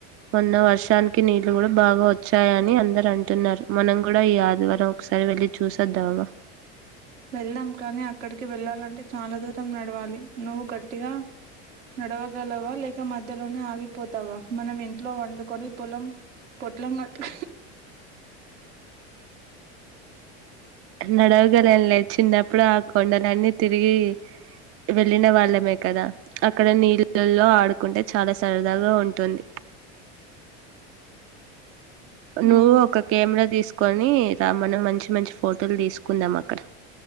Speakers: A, on the right; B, on the right.
A: మొన్న వర్షానికి నీళ్లు కూడా బాగా వచ్చాయని అందరు అంటున్నారు మనం కూడా ఈ ఆదివారం ఒక ఒకసారి వెళ్ళి చూసొద్దామా
B: వెళ్దాం కానీ అక్కడికి వెళ్ళాలంటే చాలా దూరం నడవాలి నువ్వు గట్టిగా నడవగలవా లేక మధ్యలోనే ఆగిపోతావా మనం ఇంట్లో వండుకొని పొలం పొట్లం గట్టు
A: నడవగలంలే చిన్నప్పుడు ఆ కొండలన్నీ తిరిగి వెళ్ళిన వాళ్ళమే కదా అక్కడ నీళ్ళలో ఆడుకుంటే చాలా సరదాగా ఉంటుంది నువ్వు
B: ఉమ్
A: ఒక కెమెరా తీసు కొని ర మనం మంచి మంచి ఫోటోలు తీసుకుందాం అక్కడ